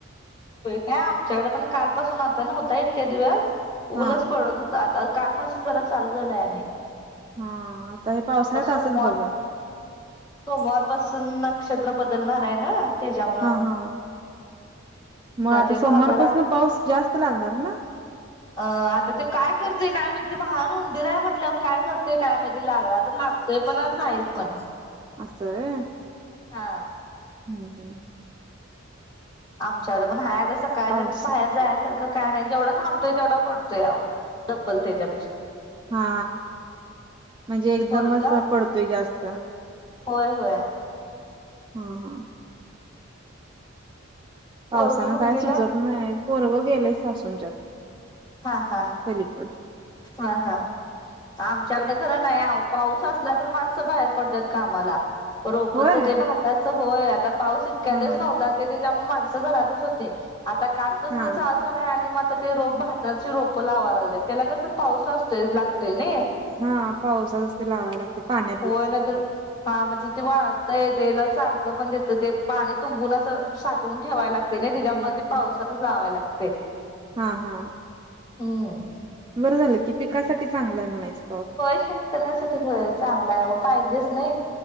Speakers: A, on the left; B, on the right.
A: हो काय आमच्याकडे पण काल पासून आता होता इतक्या दिवस
B: हा
A: ऊनच पडत हो. आता कालपासून जरा चाललेलं आहे.
B: हा आता हे पावसाळ्यात
A: सोमवार
B: असच बघा.
A: सोमवारपासून नक्षत्र बदलणार आहे ना त्याच्यामुळं.
B: हा हा मग आता
A: ते
B: सोमारपासून
A: म्हातारा
B: पाऊस जास्त लागणार ना.
A: अ आता ते काय करतेय काय म्ह ते वाहन उुंदीरय म्हटलं काय करतेय काय म्ह लागला तर लाग. ते पण नाही पण.
B: असस
A: हा
B: हम्म हम्म.
A: आमच्याकड पण हाय आता सकाळच्याण
B: पाऊस
A: बाहेर जायचं. काय नाही जेवढा थबोय तेवढा पडोय ब्बल त्याच्या.
B: हा म्हणजे एकदमच
A: पोरग
B: पडतोय जास्त.
A: होय होय.
B: हा हा. पावसान
A: पोरग कुठे
B: काय
A: गेलं?
B: सुजत नाही पोरवं गेले सासूंच्यात.
A: हा हा
B: पलीकड
A: हा हा. आमच्याकडे खरं नाही पाऊस असला तर माणसं बाहेर पडतात कामाला रोपच
B: होय
A: ते भाताचं होय आता पाऊस इतक्या
B: हा
A: दिवस
B: हा
A: नव्हता त्याच्यामुळे माणस घरातच होते आता कालपासून
B: हा
A: चाल झालाय आणि म आ ते रोगह ची रोपं लावा लागले त्याला कसं पाऊस लातोय लागतोय नाही
B: हा पावसातच ते लावाय लागते पाण्यातच
A: होय ना तर हा म्हणजे ते वाळतय तेला सारखं पण देतं ते पाणी तुंबून असं साठवून ठेवाय लागत नाही त्याच्यामुळे
B: लागत
A: ते पावसातच लावाय लागते
B: हा हा
A: हम्म
B: बरं झालं की पिकासाठी चांगलं आहे म्हणायचं
A: होय शेतकऱ्यांसाठी भय चांगला आहे पाहिजेच नाही